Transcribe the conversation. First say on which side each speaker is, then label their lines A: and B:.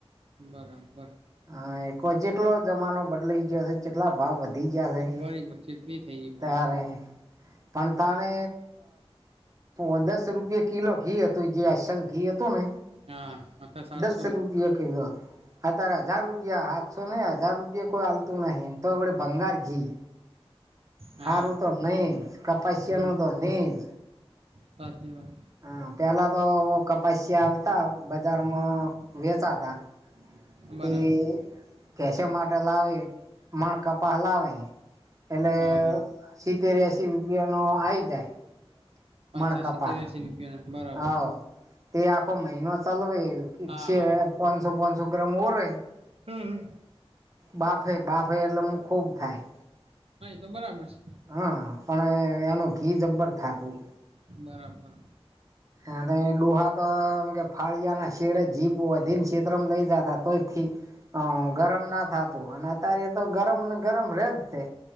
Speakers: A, on the right (about 75°); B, on the right (about 35°).
A: બરાબર
B: હ એક જેટલો જમાનો બદલાઈ ગયો શે ચેટલા ભાવ વધ
A: મોંઘવારી પણ ચેટલી
B: <unintelligible>
A: થઈ ગઈ પણ
B: તારે પણ તને <unintelligible> દસ રૂપિયા કિલો ઘી હતું જે અસલ ઘી હતું ને
A: હા
B: <unintelligible>
A: આખા સાતસો
B: દસ રૂપિયા કિલો હતું. અ તારે હજાર રૂપિયા હાથસો ને હજાર રૂપિયા કોઈ આલતું નહી તો વળી ભંગાર ઘી
A: હા
B: હારું તો નિઝ કપાસિયાનું
A: હમ
B: તો નિઝ
A: સાચી વાત
B: હા પેલા તો કપાસ્યા આવતા બજારમાં વેચાતા.
A: બરાબર
B: તે કેસો માટે લાવે મણ કપાહ લાવે. એટલે
A: હા હા
B: સીતેર એસી રૂપિયા નો આઈ જાય. મણ
A: અચ્છા
B: કપા
A: સીતેર એશી રૂપિયાના બરાબર
B: હવ તે આખો મહિનો ચલવે <unintelligible>
A: હા હા
B: પાચસો પાચસો ગ્રામ ઓરવે
A: <unintelligible>
B: બાફે બાફે એટલે હું ખૂબ થાય
A: હા એ તો બરાબર છે
B: હા પણ એનું ઘી જબ્બર થાતું.
A: બરાબર
B: અને ડોહા એમ કે ફાળિયા ના શેડે જીપ બોધીને છેત્તરોમાં લઇ જતા તો એથી અ ગરમ ના થતું અને અત્યારે તો ગરમ ને ગરમ રે જ છે.